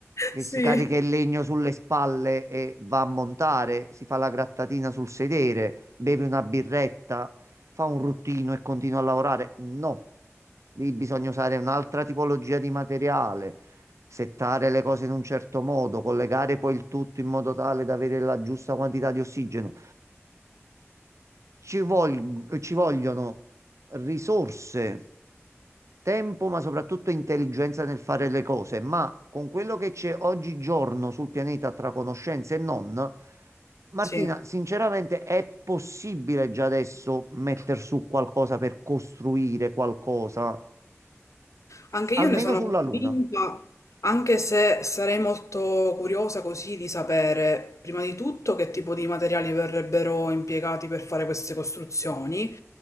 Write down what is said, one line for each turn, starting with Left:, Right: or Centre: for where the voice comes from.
Right: che
Left: Sì,
Right: si carica il legno sulle spalle e va a montare, si fa la grattatina sul sedere, beve una birretta, fa un ruttino e continua a lavorare. No, lì bisogna usare un'altra tipologia di materiale settare le cose in un certo modo, collegare poi il tutto in modo tale da avere la giusta quantità di ossigeno. Ci vogl- ci vogliono risorse, tempo, ma soprattutto intelligenza nel fare le cose. Ma con quello che c'è oggigiorno sul pianeta tra conoscenze e non, Martina,
Left: sì.
Right: sinceramente è possibile già adesso mettere su qualcosa per costruire qualcosa,
Left: Anche
Right: S- almeno
Left: io ne sono
Right: sulla
Left: convinta,
Right: Luna.
Left: anche se sarei molto curiosa così di sapere prima di tutto che tipo di materiali verrebbero impiegati per fare queste costruzioni